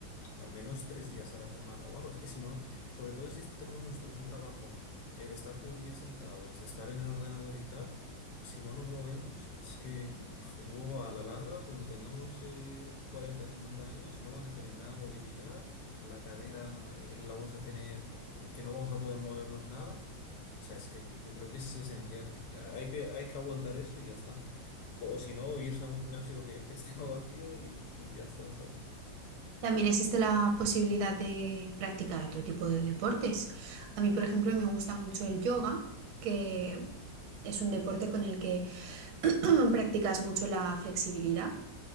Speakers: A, on the left; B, on the right.
A: al menos tres días a la semana o algo. Es que si no, sobre todo si tenemos nosotros un trabajo eh, de estar todo el día sentados, de estar en el ordenador y tal, si no nos movemos, es que pf, luego a la larga, cuando tengamos eh, 40, 50 años, no vas a tener nada de movilidad, la cadera eh, la vamos a tener, eh, que no vamos a poder movernos nada. O sea, es que yo creo que es esencial. Ya, Hay que, hay que aguantar eso y ya está. O si no, irse a un gimnasio que, que esté <laughs> más vacío y, y ya está, ¿sabes?
B: También existe la posibilidad de practicar otro tipo de deportes. A mí, por ejemplo, me gusta mucho el yoga, que es un deporte con el que <clears throat> practicas mucho la flexibilidad.